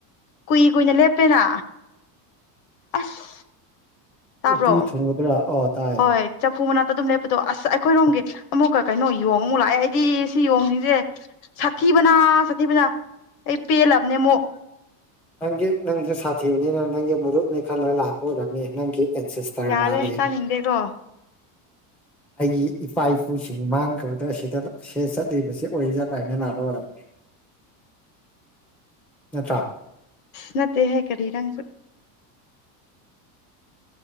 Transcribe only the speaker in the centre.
ꯎꯇꯤ ꯊꯣꯡꯒꯗ꯭ꯔꯥ ꯑꯥ ꯇꯥꯏꯌꯦ
ꯅꯪꯒꯤ ꯅꯪꯁꯨ ꯁꯥꯊꯤꯕꯅꯤꯅ ꯅꯪꯒꯤ ꯃꯔꯨꯞꯅꯤ ꯈꯜꯂꯒ ꯂꯥꯛꯄ ꯑꯣꯏꯔꯝꯅꯤ ꯅꯪꯒꯤ ꯑꯦꯟꯁꯤꯁ ꯇꯔ
ꯃꯥꯜꯂꯦ
ꯑꯩꯒꯤ ꯏꯄꯥ ꯏꯄꯨꯁꯤꯡ ꯃꯥꯡꯈ꯭ꯔꯕꯗꯣ ꯑꯁꯤꯗ ꯁꯤꯗ ꯆꯠꯂꯤꯕꯁꯦ ꯑꯣꯏꯖꯥꯠꯂ ꯍꯥꯏꯅ ꯂꯥꯛꯄ ꯑꯣꯏꯔꯝꯅꯤ ꯅꯠꯇ꯭ꯔꯥ